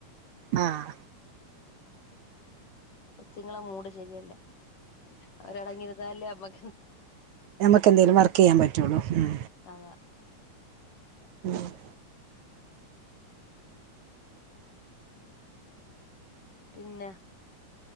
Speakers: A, on the right (about 70°); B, on the left (about 85°).
A: ആഹ്
B: കൊച്ചുങ്ങടെമൂട് ശരിയല്ല. അവരടങ്ങിരുന്നാലല്ലേനമ്മക്ക്
A: നമ്മക്ക് എന്തേലും വർക്ക് ചെയ്യാൻ പറ്റുള്ളൂ. ഉം.
B: അതാ
A: <unintelligible>
B: പിന്നെ